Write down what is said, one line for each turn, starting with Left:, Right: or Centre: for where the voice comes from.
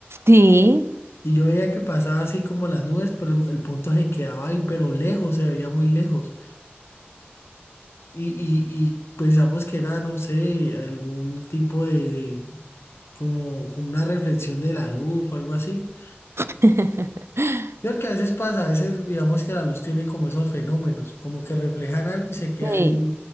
Right: Sí.
Left: Y yo veía que pasaba así como las nubes, pero el, el punto se quedaba ahí, pero lejos, se veía muy lejos. Y, y, y pensamos que era, no sé, algún tipo de, de- como, como una reflexión de la luz o algo así.
Right: <laughs>
Left: Yo creo que a veces pasa, a veces digamos que la luz tiene como esos fenómenos, como que reflejan algo y se queda
Right: Sí.
Left: ahí.